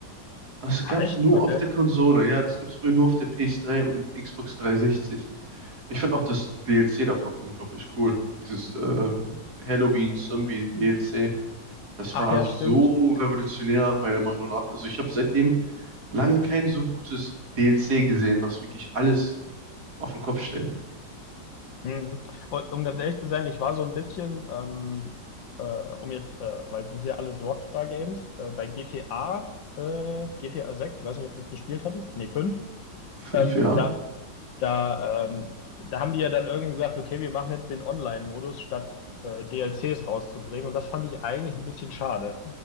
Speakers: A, on the right; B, on the left.
A: Es gab's
B: Ja, echt?
A: nur
B: Okay.
A: auf der Konsole, ja, das gab's früher nur auf der PS3 und Xbox 360. Ich fand auch das DLC davon unglaublich cool. Dieses ähm, Halloween-Zombie-DLC. Das
B: Ach
A: war
B: ja,
A: so
B: stimmt.
A: revolutionär, meiner Meinung nach. Also ich habe seitdem lange kein so gutes DLC gesehen, was wirklich alles auf den Kopf stellt.
B: Mhm. Und um ganz ehrlich zu sein, ich war so ein bisschen, ähm, äh, um jetzt, äh, weil es ist ja alles Rockstar Games, äh, bei GTA, äh, GTA 6, ich weiß nicht, ob du das gespielt hattest, nee, 5,
A: Fünf,
B: ähm,
A: ja.
B: da, da, ähm, da haben die ja dann irgendwie gesagt, okay, wir machen jetzt den Online-Modus, statt äh, DLCs rauszubringen. Und das fand ich eigentlich ein bisschen schade,